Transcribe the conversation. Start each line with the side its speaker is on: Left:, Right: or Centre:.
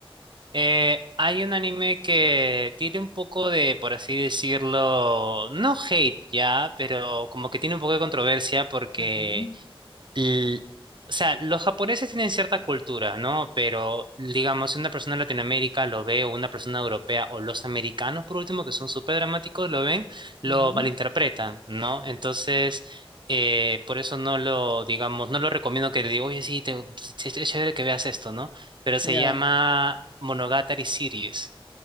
Right: Eh, hay un anime que tiene un poco de, por así decirlo, no hate ya, pero como que tiene un poco de controversia porque
Left: Ujú,
Right: l- o sea, los japoneses tienen cierta cultura, ¿no? Pero, digamos, si una persona de Latinoamérica lo ve, o una persona europea, o los americanos, por último, que son súper dramáticos, lo ven, lo
Left: ujú,
Right: malinterpretan, ¿no? Entonces, eh, por eso no lo, digamos, no lo recomiendo que le diga, oye, sí, te, es chévere que veas esto, ¿no? Pero se
Left: Ya,
Right: llama Monogatari Series.